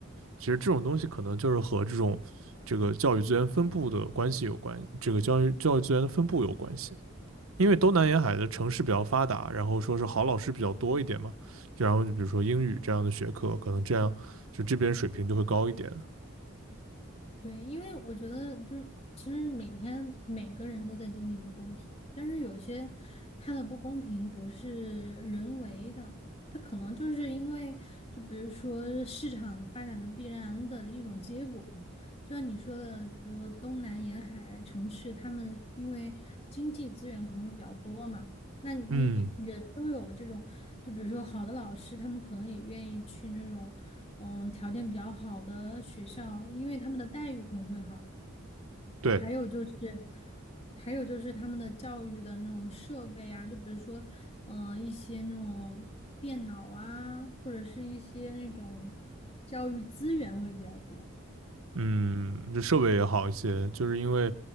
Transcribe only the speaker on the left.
对，因为我觉得就是，其实每天每个人都在经历不公平，但是有些它的不公平不是人为的，它可能就是因为，就比如说市场发展的必然的一种结果，就像你说的，比如说东南沿海城市，他们因为经济资源可能会比较多嘛，那你人都有这种，
就比如说好的老师，他们可能也愿意去那种。嗯，条件比较好的学校，因为他们的待遇可能会好。
还有就是，还有就是他们的教育的那种设备啊，就比如说，嗯、一些那种电脑啊，或者是一些那种教育资源会比较多。